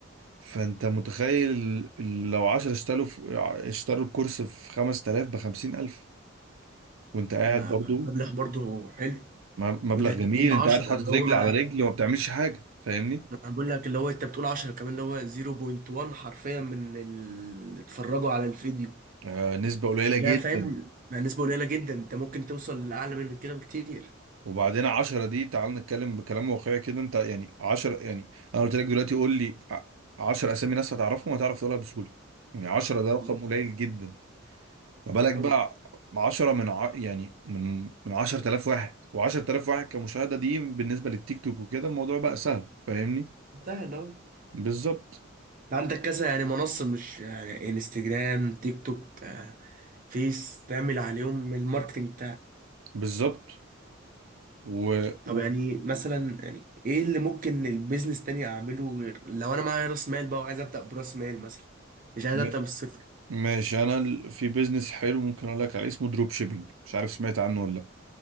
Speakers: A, on the right (about 85°); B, on the right (about 45°).
A: فانت متخيل ال- لو 10 اشتروا في ع- اشتروا الكورس في 5000 ب 50000 وانت قاعد
B: ما-
A: برضو
B: مبلغ برضه حلو
A: م- مبلغ
B: وده انت
A: جميل
B: بتقول
A: انت
B: 10
A: قاعد حاطط
B: اللي
A: رجل
B: هو
A: على رجل وما بتعملش حاجة فاهمني
B: ما انا بقول لك اللي هو انت بتقول 10 كمان اللي هو 0.1 حرفيا من اللي اتفرجوا على الفيديو
A: آه نسبة قليلة
B: ده
A: جدا
B: فاهم مع نسبة قليلة جدا انت ممكن توصل لأعلى من كده بكتير
A: وبعدين عشرة دي تعال نتكلم بكلام واقعي كده انت يعني عشرة يعني انا قلت لك دلوقتي قول لي ع- عشرة اسامي ناس هتعرفهم هتعرف تقولها بسهولة يعني عشرة ده
B: بالظبط
A: رقم قليل جدا ما بالك
B: أوي
A: بقى عشرة من ع... يعني من من عشرة آلاف واحد وعشرة آلاف واحد كمشاهدة دي بالنسبة للتيك توك وكده الموضوع بقى سهل فاهمني
B: سهل أوي
A: بالظبط
B: انت عندك كذا يعني منصة مش يعني انستجرام تيك توك آه، فيس تعمل عليهم الماركتنج
A: بالظبط و...
B: طب
A: و...
B: يعني مثلا يعني ايه اللي ممكن البيزنس تاني اعمله غير لو انا معايا راس مال بقى وعايز ابدا براس مال مثلا مش عايز
A: م-
B: ابدا من الصفر
A: ماشي انا ال- في بيزنس حلو ممكن اقول لك عليه اسمه دروب شيبينج مش عارف سمعت عنه ولا لأ.